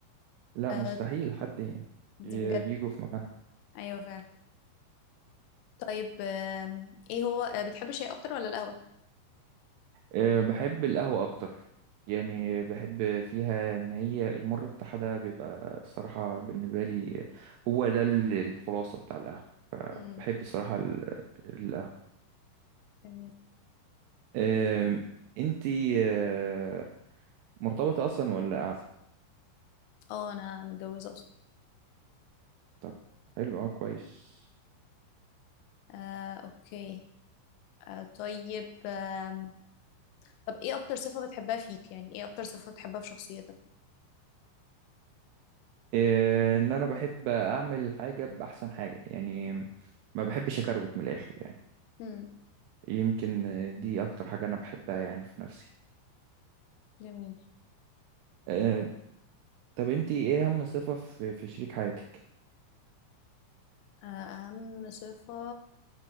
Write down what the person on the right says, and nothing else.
لا
مستحيل حد ي-
يجوا في مكانها
أه، بحب القهوة أكتر يعني بحب فيها إن هي المر بتاعها ده بيبقى الصراحة بالنسبة لي هو ده ال- الخلاصة بتاع القهوة
بحب الصراحة ال- القهوة
أه، انتي أه، مرتبطة أصلا ولا قاعدة؟
طب حلو اه كويس
إيه، ان انا بحب اعمل حاجه باحسن حاجه يعني ما بحبش اكروت من الاخر يعني
يمكن دي اكتر حاجه انا بحبها يعني في نفسي
أه طب انتي ايه اهم صفه في في شريك حياتك